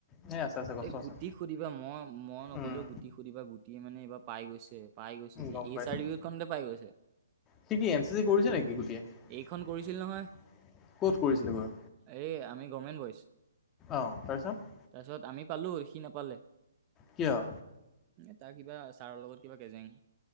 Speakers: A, on the left (about 15°); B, on the right (about 25°).
A: সেই আছে আছে কষ্ট
B: এ
A: আছে
B: গুটি সুধিবা মই মই নকলেও
A: উম
B: গুটি সুধিবা গুটি মানে এইবাৰ পাই গৈছে। পাই গৈছে সি
A: গম পাইছোঁ
B: এই চাৰ্টিফিকেট খতে পাই গৈছে।
A: সি কি এন চি চি কৰিছে নেকি গোটেই ক'ত
B: এইখন কৰিছিল নহয়
A: কৰিছিলে গৈ?
B: এই আমি গভমেণ্ট বৌচ।
A: অ' তাৰপিচত
B: তাৰপিছত আমি পালোঁ আৰু সি নাপালে।
A: কিয়?
B: ন তাৰ কিবা ছাৰৰ লগত কিবা কেজেং।